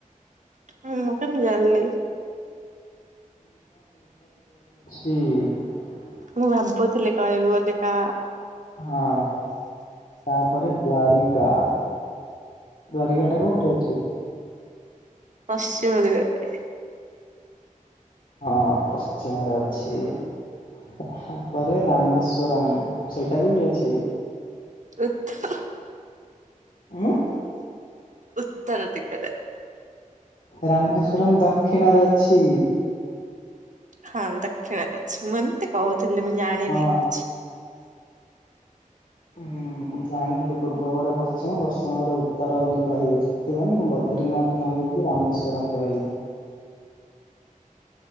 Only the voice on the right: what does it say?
ହଁ ମୁଁ କେମିତି ଜାଣିଲି?
ମୁଁ ଭାବୁଥିଲି କହିବି ବୋଲି କା।
ପଶ୍ଚିମ ଦିଗରେ।
<unintelligible>
ଉତ୍ତର ଦିଗରେ।
ହଁ ଦକ୍ଷିଣରେ ଅଛି। ମୁଁ ଏମତି କହୁଥିଲି ମୁଁ ଜାଣିନି
କିଛି।